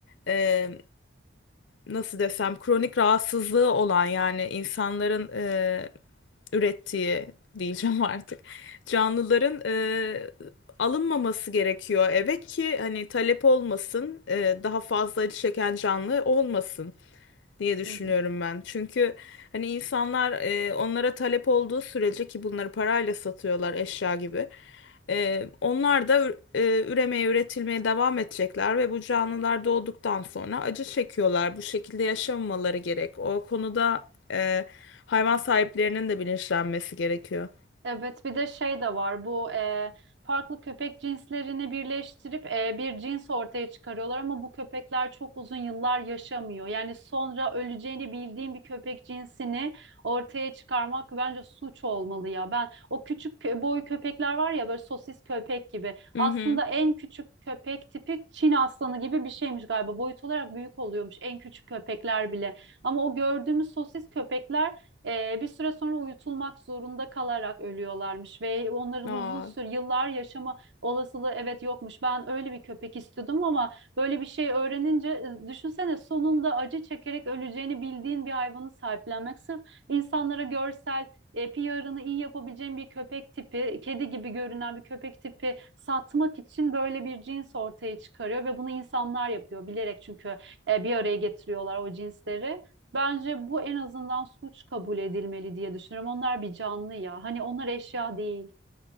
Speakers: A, on the left; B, on the right.
A: e, nasıl desem kronik rahatsızlığı olan yani insanların e, ürettiği diyeceğim <laughs> artık canlıların e, alınmaması gerekiyor eve ki hani talep olmasın e, daha fazla acı çeken canlı olmasın diye düşünüyorum
B: Hı hı.
A: ben. Çünkü hani insanlar e, onlara talep olduğu sürece ki bunları parayla satıyorlar eşya gibi. e, onlar da ü- e, üremeye, üretilmeye devam edecekler ve bu canlılar doğduktan sonra acı çekiyorlar. Bu şekilde yaşamamaları gerek. O konuda e, hayvan sahiplerinin de bilinçlenmesi gerekiyor.
B: Evet, bir de şey de var. Bu e, farklı köpek cinslerini birleştirip e, bir cins ortaya çıkarıyorlar ama bu köpekler çok uzun yıllar yaşamıyor. Yani sonra öleceğini bildiğin bir köpek cinsini ortaya çıkarmak bence suç olmalı ya. Ben o küçük kö- boy köpekler var ya böyle sosis köpek gibi.
A: Hı
B: Aslında
A: hı.
B: en küçük köpek tipi Çin aslanı gibi bir şeymiş galiba. Boyut olarak büyük oluyormuş en küçük köpekler bile. Ama o gördüğümüz sosis köpekler ee, bir süre sonra uyutulmak zorunda kalarak ölüyorlarmış ve onların
A: Aa,
B: uzun süre yıllar yaşama olasılığı evet yokmuş. Ben öyle bir köpek istiyordum ama böyle bir şey öğrenince e, düşünsene sonunda acı çekerek öleceğini bildiğin bir hayvanı sahiplenmek sırf insanlara görsel e, PR'ını iyi yapabileceğin bir köpek tipi, kedi gibi görünen bir köpek tipi satmak için böyle bir cins ortaya çıkarıyor ve bunu insanlar yapıyor bilerek çünkü e, bir araya getiriyorlar o cinsleri. Bence bu en azından suç kabul edilmeli diye düşünüyorum. Onlar bir canlı ya. Hani onlar eşya değil.